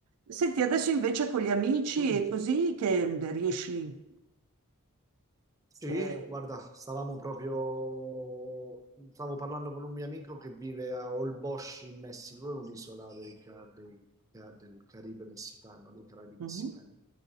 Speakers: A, on the right; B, on the right.
A: Senti, adesso invece con gli amici
B: Mm.
A: e così che mm, riesci...
B: Sì,
A: eh,
B: guarda, stavamo proprio, stavo parlando con un mio amico che vive a Holbox in Messico, è un'isola dei Ca- dei Ca- del Caribe messicano, dei Caraibi
A: mhm.
B: messicani.